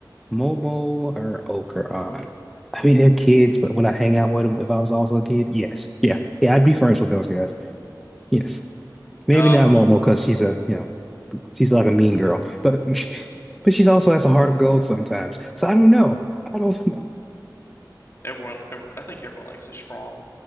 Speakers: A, in the centre; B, on the left (about 35°).
A: Momo or Okeron, I mean, they're kids, but would I hang out with them if I was also a kid? Yes, yeah, yeah. I'd be friends with those guys. Yes, maybe
B: um,
A: not Momo because she's a, you know, she's like a mean girl, but <laughs> but she's also has a heart of gold sometimes. So I don't know. I don't <laughs> know.
B: everyone, ev I think everyone likes a strong